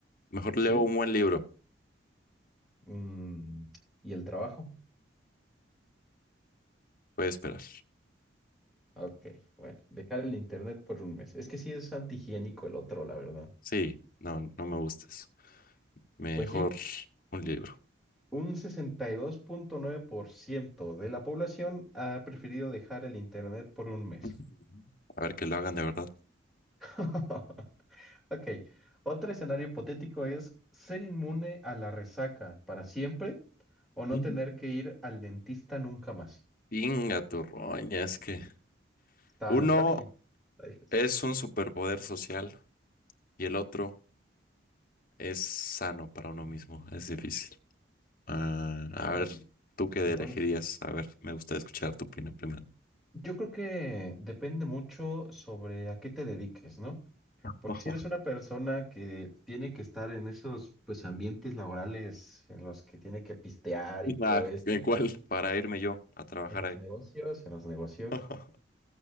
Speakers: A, on the left (about 45°); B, in the centre.
A: Mejor leo
B: ¿Sí?
A: un buen libro.
B: Mm, ¿y el trabajo?
A: Voy a esperar.
B: Ok, bueno, dejar el internet por un mes. Es que sí es antihigiénico el otro, la verdad.
A: Sí, no, no me gustas. Mejor
B: Pues sí,
A: un libro.
B: Un sesenta y dos punto nueve por ciento de la población ha preferido dejar el Internet por un mes.
A: Ujú. A ver que lo hagan de verdad.
B: <laughs> Ok, otro escenario hipotético es ser inmune a la resaca para siempre o no
A: Ujú.
B: tener que ir al dentista nunca más.
A: Inga tu roña, es que
B: Está,
A: uno
B: está difícil. está difícil.
A: es un superpoder social y el otro es sano para uno mismo. Es difícil. Ah,
B: Que,
A: a ver,
B: mm,
A: ¿tú qué
B: no
A: elegirías?
B: lo sé.
A: A ver, me gusta escuchar tu opinión primero.
B: Yo creo que depende mucho sobre a qué te dediques, ¿no?
A: <laughs>
B: Porque si eres una persona que tiene que estar en esos pues ambientes laborales en los que tiene que pistear y todo
A: Ah,
B: eso,
A: ¿en cuál? Para irme yo a trabajar
B: en los
A: ahí.
B: negocios, en los negocios,
A: <laughs>